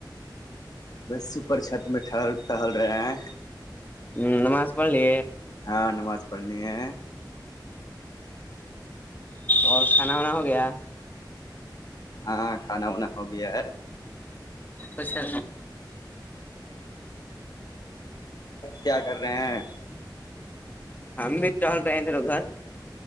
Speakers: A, on the left (about 55°); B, on the left (about 20°).
A: بس سوپر چھت میں ٹہل ٹہل رہے ہیں
B: ہاں نمس پولی
A: ہاں نماز پڑھنی ہے
B: اور کھانا وانا ہو گیا
A: ہاںاں کھانا وانا ہو گیا ہے
B: اچھا
A: کیا کر رہے ہیں
B: ہم بھی چل رہے ہیں تیر گھر